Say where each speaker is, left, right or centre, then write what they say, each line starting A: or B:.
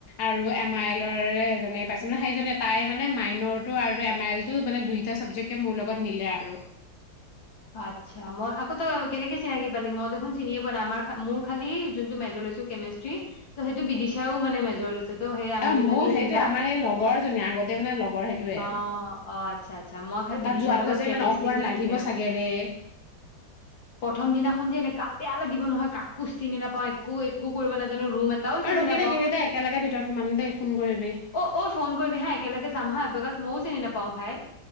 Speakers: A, on the left; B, on the left.
A: আৰু এম আই এলৰে এজনে পাইছো। মানে সেইনে তাই মানে মাইনৰ টো আৰু এম আই এল টো মানে দুইটা চাবজেক্টে মোৰ লগত মিলে আৰু।
B: আচ্ছা মই আকৌ তই কেনেকে চিনাকি পালি মই দেখোন চিনিয়ে বনা আমাৰ মোৰ খালি যোনটো মেজৰ লৈছো কেমেষ্ট্ৰি ত সেইটো বিদশাও মানে মেজৰ লৈছে। ত' সেই আমি
A: অ,
B: দুজনী
A: মোৰ সেইটোৱে
B: যেনিবা
A: আমাৰ এই লগৰজনী আগতে মানে লগৰ সেইটোয়ে আৰু
B: অ অ আচ্ছা আচ্ছা মই খালি বিদিশাৰ
A: তাত যোৱাৰ
B: লগত
A: পিছত যে
B: কেমেষ্ট্ৰিটো
A: ইমান অকড লাগিব
B: ঠিকে আছে
A: চাগে ৰে।
B: প্ৰথম দিনাখন যে এনেকা বেয়া লাগিব নহয় কাকো চিনি নাপাওঁ একো একো কৰিব ন ৰুম এটাও চিব
A: ৰখি থাকিবি
B: অ',
A: দেই একেলগে ভিতৰত সোমাম দেই ফোন কৰিবি
B: অ', ফোন কৰিবি হা একেলগে যাম হা। বিকজ মইও চিনি নাপাওঁ ভাই।